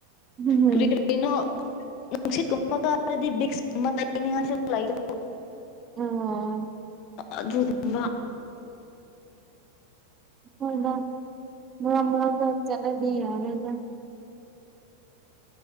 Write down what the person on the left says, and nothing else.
ꯀꯔꯤ ꯀꯔꯤꯅꯣ ꯅꯨꯡꯁꯤꯠ ꯇꯨꯝꯕ ꯀꯥꯔꯗꯤ ꯕꯤꯛꯁꯨꯝꯅꯤꯉꯥꯏꯣ
ꯑꯗꯨꯒꯨꯝꯕ